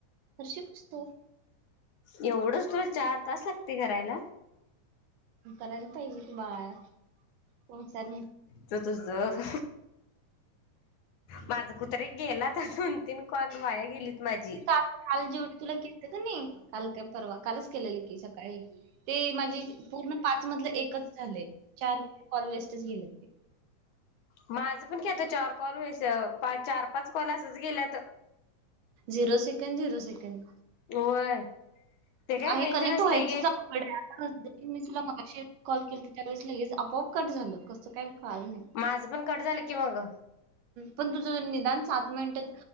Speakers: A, on the right; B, on the left.
A: फरशी पुसतो
B: एवढंच तुला चार तास लागते करायला.
A: करायला पाहिजे ते बाळ पोचल
B: ज ज ज <unintelligible> माझ कुत्रे गेल्यात तर दोन तीन कॉल वाया गेलीत. माझी
A: काल काल जेवुण तुला केलत की नई काल काय परवा कालच केलेल की सकाळी ते माझी पूर्ण पाच मधले एकच झाले चार कॉल वेस्टच गेलेत ते
B: माझं पण की आता चार कॉल व्यस चार पाच कॉल असच गेल्यात त
A: झिरो सेकंड झिरो सेकंड
B: होय. ते काय
A: आहे
B: रेंज
A: कनेक्ट
B: नसतय
A: व्हायचं
B: गे
A: अवघडहाय आता जरी मी तुला मगाशी कॉल केलंत त्यावेळेस लगेच आपोआप कट झालं कसं काय कळालं नाही.
B: माझं पण कट झालं की मग
A: पण तुझं निदान सात मिनिट